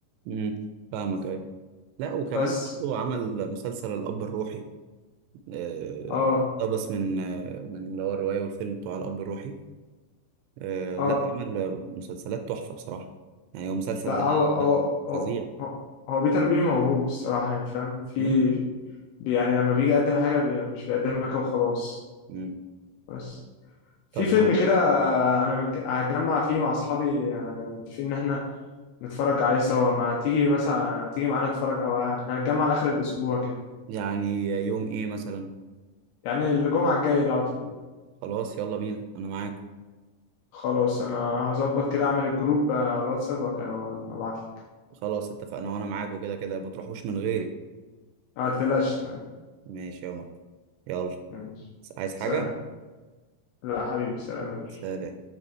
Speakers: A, on the right; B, on the left.
A: امم فاهمك ايوه لا وكمان
B: بس
A: برضه عمل مسلسل الاب الروحي آه،
B: اه
A: اقتبس من آه، من اللي هو الروايه والفيلم بتوع الاب الروحي آه،
B: اه
A: لا عمل مسلسلات تحفه بصراحه يعني هو المسلسل
B: لا
A: ده
B: هو هو
A: آه، فظيع
B: هو هو هو بيتر بيه موهوب الصراحة يعني فاهم في
A: امم
B: بي- يعني لما بيجي يقدم حاجة بي مش بيقدمها كده وخلاص
A: امم
B: بس في
A: طب
B: فيلم
A: ما
B: كده أنا متج- هتجمع فيه مع أصحابي يعني متفقين إن إحنا نتفرج عليه سوا ما تيجي مثلا تيجي معانا نتفرج هو إحنا هنتجمع لآخر الأسبوع كده
A: يعني يوم ايه مثلا
B: يعني الجمعة الجاية دي على طول
A: خلاص يلا بينا انا معاك
B: خلاص أنا هظبط كده أعمل الجروب على الواتساب وأبعتلك
A: خلاص اتفقنا وانا معاك وكده كده ما تروحوش من غيري
B: ما تقلقش تمام
A: ماشي يا عمر يلا
B: ماشي
A: عايز حاجة
B: سلام لا حبيبي سلام يا جورج
A: سلام